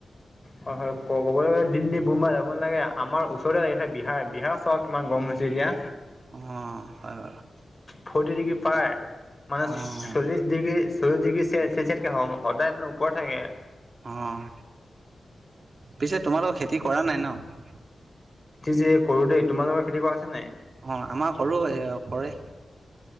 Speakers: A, on the left; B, on the right.
A: হয় হয় ক ক'বলে গলে দিল্লী বোম্বাই যাব নালাগে আমাৰ ওচৰতে লাগিছে বিহাৰ বিহাৰত চাওক কিমান গৰম হৈছে এতিয়া।
B: অ', হয় বাৰু
A: ফৰ্টি ডিগ্ৰী পাৰ মানে
B: অঁ
A: চল্লিশ ডিগ্ৰী চল্লিশ ডিগ্ৰী চেলচিয়াছ কে সদায় তাৰ মানে ওপৰত থাকে।
B: অঁ'। পিছে তোমালোকৰ খেতি কৰা নাই ন?
A: খেতি কৰো দেই তোমালোকৰ খেতি কৰা আছে নাই?
B: অ আমাৰ কৰো, এ কৰে।